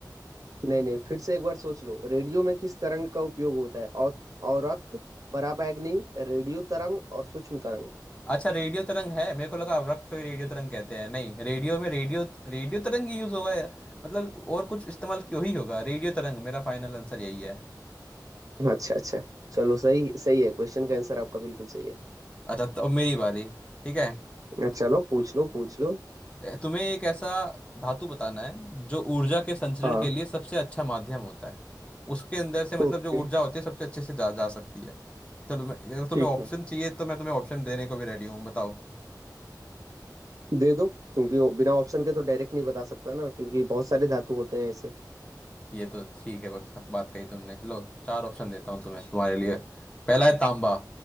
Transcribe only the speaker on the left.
अच्छा रेडियो तरंग है मेरे को लगा अवरक्त को ही रेडियो तरंग कहते हैं नहीं रेडियो में रेडियो रेडियो तरंग ही यूज होगा यार। मतलब और कुछ इस्तेमाल क्यों ही होगा रेडियो तरंग मेरा फाइनल आंसर यही है
अच्छा तो अब मेरी बारी ठीक है
ए, तुम्हें एक ऐसा धातु बताना है जो ऊर्जा के संचरण
के लिए सबसे अच्छा माध्यम होता है उसके अंदर से मतलब
जो ऊर्जा होती है सबसे अच्छे से जा जा सकती है चलो मैं अगर तुम्हें
ऑप्शन
चाहिए तो मैं तुम्हें ऑप्शन देने को भी रेडी हूँ बताओ
ये तो ठीक है बस बात कही तुमने लो चार ऑप्शन देता हूँ तुम्हें तुम्हारे लिए पहला है तांबा